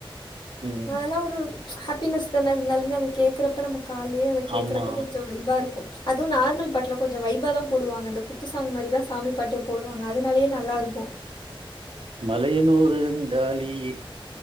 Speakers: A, on the right; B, on the left.
A: ம்
B: அதெல்லா ஒரு ஹேப்பினஸ் தான இருந்தாலுமே அத கேக்குறப்ப நமக் கால்லயே அத கேக்குறப்ப
A: ஆமா
B: கொஞ்சோ வைய்பா இருக்கு அதுவு நார்மல் பாட்டுல கொஞ்சோ வைபாதாம் போடுவாங்க இந்த குத்துசாங் மாரிதா சாமி பாட்டே போடுவாங்க அதனாலயே நல்லாருக்கும்.
A: ம் மலையனாறு அங்காலியே